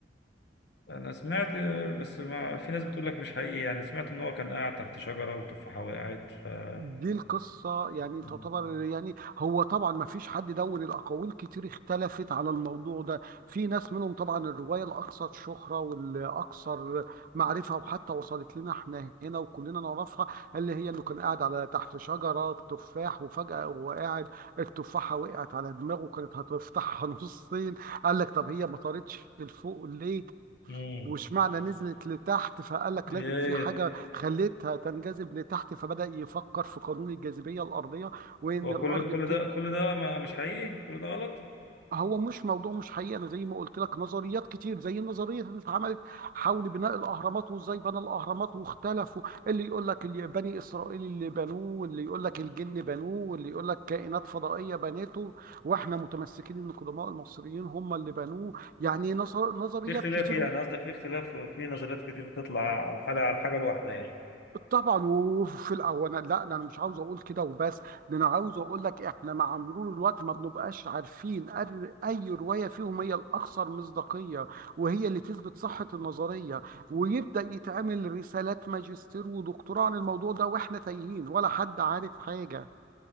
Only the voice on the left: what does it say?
انا سمعت آه، بس ما في ناس بتقول لك مش حقيقي يعني سمعت ان هو كان قاعد تحت شجرة والتفاحة وقعت ف آه،
مم.
مم.
ايه
وكل
كل
ده كل ده ما مش حقيقي كل ده غلط
في اختلاف
يعني قصدك في اختلاف في نظريات كتير بتطلع على الحاجة على الحاجة الواحدة يعني